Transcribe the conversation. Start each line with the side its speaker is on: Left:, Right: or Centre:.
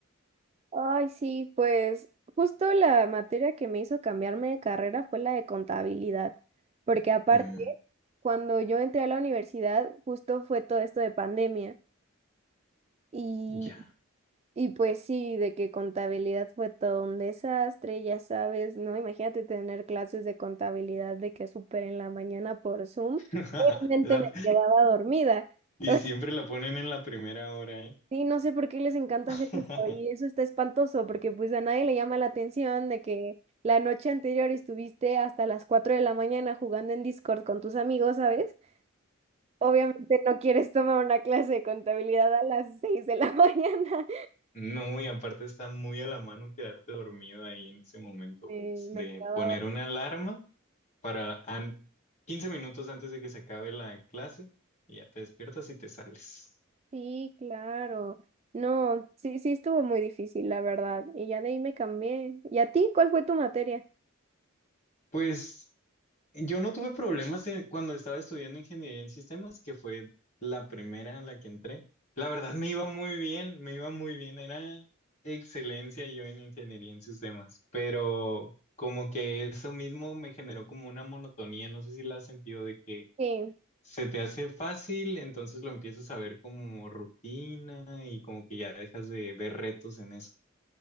Right: Ay, sí, pues justo la materia que me hizo cambiarme de carrera fue la de contabilidad, porque aparte,
Left: Mm,
Right: cuando yo entré a la universidad, justo fue todo esto de pandemia y,
Left: ya.
Right: y pues sí, de que contabilidad fue todo un desastre, ya sabes, ¿no? Imagínate tener clases de contabilidad de que súper en la mañana por Zoom,
Left: <laughs>
Right: obviamente
Left: La-
Right: me quedaba dormida.
Left: Y
Right: <laughs>
Left: siempre la ponen en la primera hora, ¿eh?
Right: Sí, no sé por qué les encanta
Left: <laughs>
Right: hacer eso y eso está espantoso porque pues a nadie le llama la atención de que la noche anterior estuviste hasta las 4 de la mañana jugando en Discord con tus amigos, ¿sabes? Obviamente no quieres tomar una clase de contabilidad a las seis de la <laughs> mañana.
Left: No, y aparte está muy a la mano quedarte dormido ahí en ese momento,
Right: Eh,
Left: pues, de
Right: me quedaba...
Left: poner una alarma para an- 15 minutos antes de que se acabe la clase y ya te despiertas y te sales.
Right: Sí, claro. No, sí, sí estuvo muy difícil, la verdad. Y ya de ahí me cambié. ¿Y a ti cuál fue tu materia?
Left: Pues yo no tuve problemas en- cuando estaba estudiando ingeniería en sistemas, que fue la primera a la que entré. La verdad me iba muy bien, me iba muy bien, era excelencia yo en ingeniería en sistemas, pero como que eso mismo me generó como una monotonía, no sé si la has sentido de que
Right: Sí,
Left: se te hace fácil, entonces lo empiezas a ver como rutina y como que ya dejas de ver retos en eso.